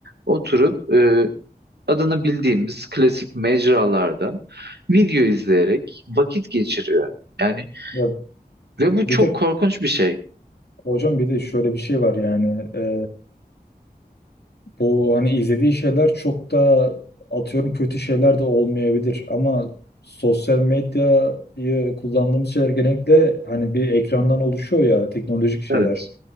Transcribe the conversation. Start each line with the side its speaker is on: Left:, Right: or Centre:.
Right: oturup e, adını bildiğimiz klasik mecralarda video izleyerek vakit geçiriyor. Yani
Left: Ya
Right: ve bu
Left: bir
Right: çok
Left: de
Right: korkunç bir şey.
Left: hocam bir de şöyle bir şey var yani e, Bu hani izlediği şeyler çok da atıyorum kötü şeyler de olmayabilir ama sosyal medyayı kullandığımız şeyler genellikle hani bir ekrandan oluşuyor ya teknolojik şeyler.
Right: Evet.